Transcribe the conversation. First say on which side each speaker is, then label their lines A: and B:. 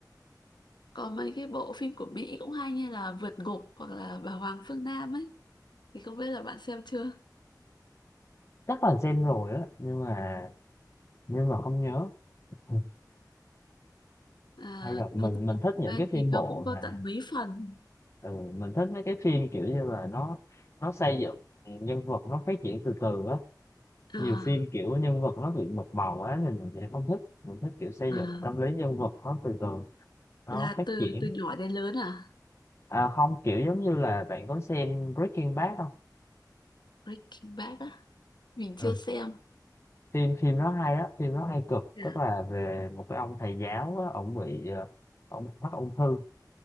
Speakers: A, on the left; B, on the left.
A: còn mấy cái bộ phim của Mỹ cũng hay như là Vượt Ngục hoặc là Bà Hoàng Phương Nam ấy thì không biết là bạn xem chưa
B: chắc là xem rồi á nhưng mà nhưng mà không nhớ Ừ,
A: à,
B: hay là
A: Vượt
B: mình
A: Ngục
B: mình thích những
A: ấy
B: cái
A: thì
B: phim bộ
A: nó cũng có
B: mà
A: tận mấy phần
B: ừ, mình thích mấy cái phim kiểu như là nó nó xây dựng nhân vật nó phát triển từ từ á
A: à,
B: nhiều phim kiểu nhân vật nó bị một màu quá thì mình sẽ không thích mình thích kiểu xây
A: à,
B: dựng tâm lý nhân vật nó từ từ nó
A: là
B: phát
A: từ
B: triển
A: từ nhỏ đến lớn à
B: à không kiểu giống như là bạn có xem Breaking Bad không
A: Breaking Bad á mình chưa
B: ừ
A: xem
B: phim phim nó hay á phim nó hay cực
A: Ừ.
B: tức là về một cái ông thầy giáo á ổng bị ờ, ổng bị mắc ung thư